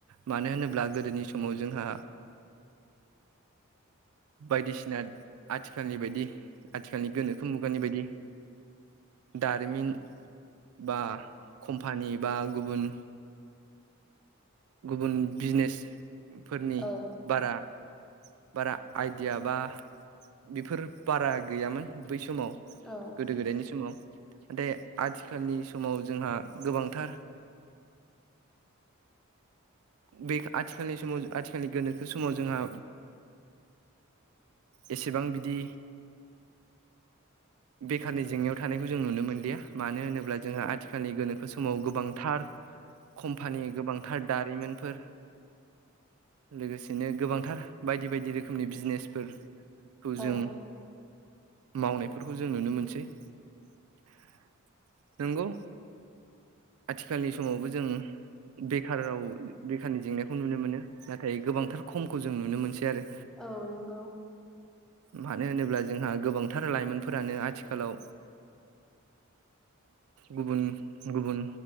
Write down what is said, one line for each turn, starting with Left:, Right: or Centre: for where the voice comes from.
Right: मानो -मानो होनोब्ला गोदोनि समाव जोंहा बायदिसिना आथिखालनि बायदि आथिखालनि गोनोखो मुगानि बायदि दारिमिन बा कम्पानि बा गुबुन गुबुन बिजनेसफोरनि
Centre: औ
Right: बारा बारा आइडिया बा बेफोर बारा गैयामोन बै सम समाव
Centre: औ
Right: गोदो -गोदायनि समाव। नाथाय आथिखालनि समाव जोंहा गोबांथार बे आथिखालनि समाव आथिखालनि गोनोखो समाव जोंहा एसेबां बिदि बेखारनि जेंनायाव थानायखौ जों नुनो मोनलिया मानो होनोब्ला जोंहा आथिखालनि गोनोखो समाव गोबांथार कम्पानि गोबांथार दारिमिन फोर लोगोसेनो गोबांथार बायदि-बायदि रोखोमनि बिजनेसफोर खौ जों
Centre: औ
Right: मावनायफोरखौ जों नुनो मोनसै <inaudible> नोंगौ आथिखालनि समावबो जों बेखार राव बेखारनि जेंनाखौ नुनो मोनो नाथाय गोबांथार खमखौ जों नुनो मोनसै आरो।
Centre: औ नंगौ।
Right: मानो होनोब्ला जोंहा गोबांथार लाइमोनफोरानो आथिखालाव गुबुन-गुबुन